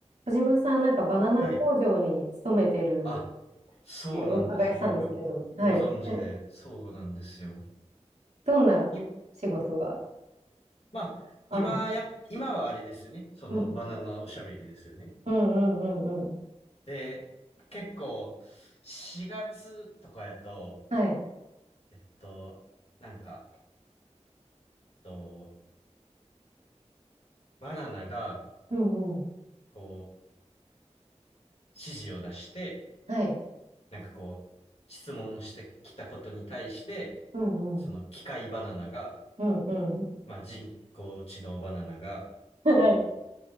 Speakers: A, on the right; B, on the left.
A: 小島さん、なんかバナナ工場に勤めてる
B: はい。あ、そうなんです。
A: ってお伺いしたんですけど、
B: よくご存知で、
A: はい。え
B: そうなんですよ。
A: どんな仕事が
B: い、まあ、
A: あるの
B: 今や、今はあれですよね。そのバナナおしゃべりですよね。
A: うんうんうんうんうん。
B: で、結構、4月とかやと、
A: はい。
B: えっと、なんか、えっと、バナナが、
A: うんうん。
B: こう、指示を出して、
A: はい。
B: なんかこう、質問してきたことに対して、
A: うんうん。
B: その機械バナナが、
A: うんうん。
B: まあ、人工知能バナナが、
A: <laughs> はい。
B: こう、